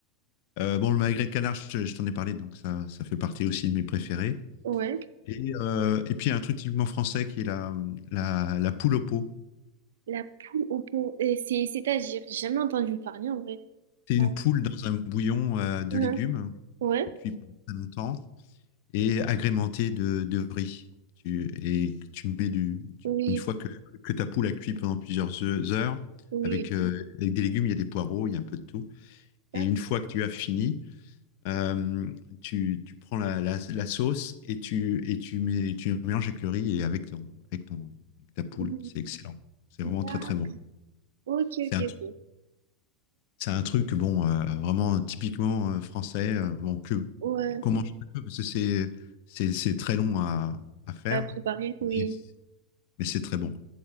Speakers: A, on the left; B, on the right.
A: Euh, bon, le magret de canard, je, je t'en ai parlé, donc ça, ça fait partie aussi de mes préférés.
B: Ouais.
A: Et, euh, et puis, il y a un truc typiquement français qui est la, la, la poule au pot.
B: La poule au pot. Euh, C'est, c'est-à-dire, j'ai jamais entendu parler en vrai.
A: C'est
B: Ah,
A: une poule dans un bouillon euh, de
B: hein.
A: légumes
B: Ouais,
A: qui cuit pendant très longtemps. et agrémenté de, de riz. Tu- et tu mets du. tu-
B: oui,
A: une fois que, que ta poule a cuit pendant plusieurs he- heures,
B: oui.
A: avec, euh, avec des légumes, il y a des poireaux, il y a un peu de tout.
B: Tac,
A: Et une fois que tu as fini, euh, tu, tu prends la, la- la sauce et tu, et tu mets, tu mélanges avec le riz et avec, ton, avec, ton, avec ta poule.
B: oui,
A: C'est excellent. C'est vraiment
B: tac.
A: très, très bon.
B: Ok,
A: C'est
B: ok, ok.
A: c'est un truc, bon, euh, vraiment typiquement euh, français, euh, bon, que,
B: Ouais,
A: comment je fais parce que c'est, c'est, c'est très long à, à faire,
B: à préparer, oui.
A: mais, mais c'est très bon.